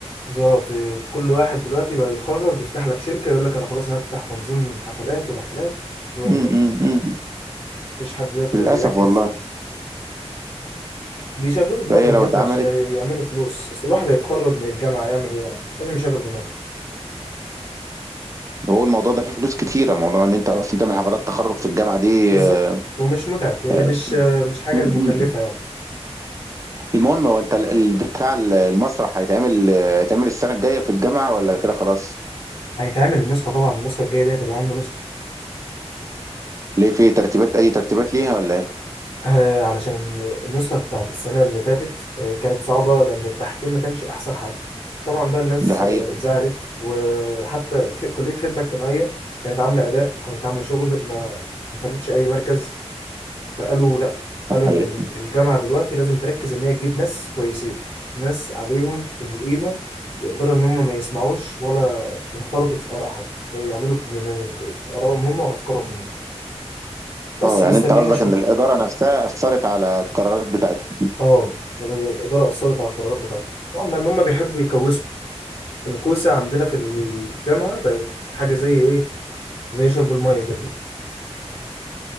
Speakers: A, on the left (about 55°); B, on the right (about 30°).
A: بالظبط كل واحد دلوقتي بقى يتخرج يفتح لك شركه يقول لك انا خلاص هفتح تنظيم حفلات ورحلات ويلا
B: م -م -م.
A: مفيش حد دلوقتي
B: للأسف
A: بقى بيركز
B: والله
A: بيشغلوا دماغهم
B: فهي لو
A: يلا
B: اتعملت
A: عشان يعملوا فلوس اصل الواحد هيتخرج من الجامعة يعمل ايه يعني لازم يشغل دماغه
B: هو الموضوع ده فيه فلوس كتيرة موضوع ان انت اصلا تعمل حفلات تخرج في الجامعة دي
A: بالظبط
B: آه،
A: ومش متعب يعني
B: آه،
A: مش مش حاجة
B: م-
A: مكلفة
B: م.
A: يعني
B: المهم هو انت ال- ال- بتاع ال- المسرح هيتعمل آه، هيتعمل السنة الجاية في الجامعة ولا كده خلاص
A: هيتعمل النسخة طبعا النسخة الجاية دي هتبقى أهم نسخة
B: ليه في ترتيبات اي ترتيبات ليها ولا ايه
A: آه علشان النسخة بتاعت السنة اللي فاتت آه كانت صعبة لأن التحكيم ما كانش أحسن حاجة طبعا بقى الناس
B: دي حقيقة
A: آه زعلت وحتى في كلية خدمة اجتماعية كانت عاملة أداء وكانت عاملة شغل ما ما خدتش أي مركز فقالوا لا قالوا
B: دي حقيقة
A: ان ال- الجامعه دلوقتي لازم تركز ان هي تجيب ناس كويسين ناس عليهم القيمه يقدروا ان هم ما يسمعوش ولا ينخرطوا في اراء حد ويعملوا بم- بارائهم هم وافكارهم هم بس
B: اه
A: مستنيين
B: يعني انت قصدك
A: نشوف
B: ان الإدارة نفسها أثرت على القرارات بتاعتهم
A: اه يعني الاداره اثرت على القرارات بتاعتهم طبعا لان هم بيحبوا يكوسوا الكوسه عندنا في الجامعه بقت حاجه زي ايه زي شرب الميه كده